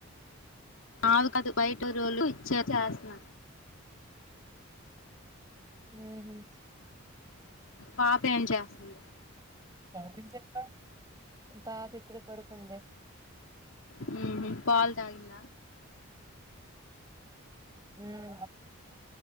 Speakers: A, on the left (about 65°); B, on the right (about 15°).
A: ఆగు కాదు వైట్ రోలు వచ్ చేస్తున్న
B: హు హ్మ్
A: పాప ఏం చేస్తుంది
B: షాపింగ్ చెత్తా పాప్ ఇప్పుడే పడుకుంది
A: హు హ్మ్ పాల్ తాగిందా
B: హూ హా